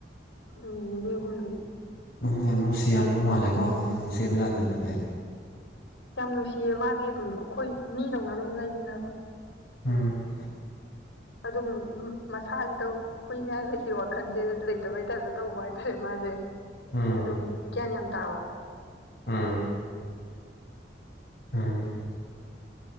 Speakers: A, on the left; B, on the left.
A: ꯅꯨꯃꯤꯠ ꯅꯤꯅꯤ ꯍꯨꯝꯅꯤ
B: ꯅꯨꯡ ꯌꯥꯝ ꯅꯨꯡꯁꯤꯔꯝꯕ ꯃꯥꯜꯂꯦꯀꯣ ꯌꯥꯝ ꯅꯨꯡꯁꯤꯕꯖꯥꯠꯅꯦ ꯑꯗꯨꯗꯤ
A: ꯌꯥꯝ ꯅꯨꯡꯁꯤꯌꯦ ꯃꯥꯗꯤ ꯑꯗꯨꯝ ꯑꯩꯈꯣꯏ ꯃꯤꯗꯧꯅ ꯑꯗꯨꯝ ꯂꯩꯃꯤꯟꯅꯕ
B: ꯎꯨꯝ
A: ꯑꯗꯨꯝ ꯃꯁꯥꯁꯤꯗ ꯍꯨꯏꯅꯦ ꯍꯥꯏꯕꯒꯤ ꯋꯥꯈꯜꯁꯦ ꯂꯩꯇꯕꯩ ꯇꯥꯏꯞꯇ ꯇꯧꯕ ꯍꯥꯏꯇꯥꯔꯦ ꯃꯥꯁꯦ
B: ꯎꯝ
A: ꯑꯗꯨꯝ ꯒ꯭ꯌꯥꯟ ꯌꯥꯝ ꯇꯥꯕ
B: ꯎꯝ ꯎꯝ